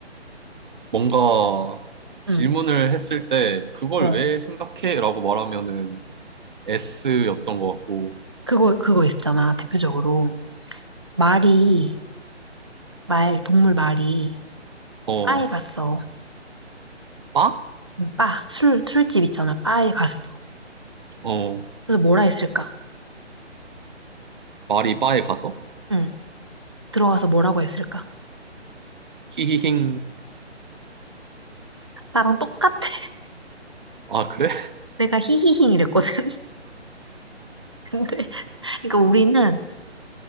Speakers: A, on the right; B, on the right.
A: 뭔가 질문을
B: 응.
A: 했을 때, 그걸
B: 어.
A: 왜 생각해? 라고 말하면은 S였던 것 같고,
B: 그거, 그거 있잖아. 대표적으로. 말이 말, 동물 말이
A: 어,
B: 바에 갔어.
A: 빠?
B: 응, 바, 술, 술집 있잖아. 바에 갔어.
A: 어,
B: 그래서 뭐라 했을까?
A: 말이 바에 가서?
B: 응, 들어가서 뭐라고 했을까?
A: 히히힝.
B: 나랑 똑같아. <laughs>
A: 아, 그래? <laughs>
B: 내가 히히힝 이랬거든. <laughs> 근데, 그러니까 우리는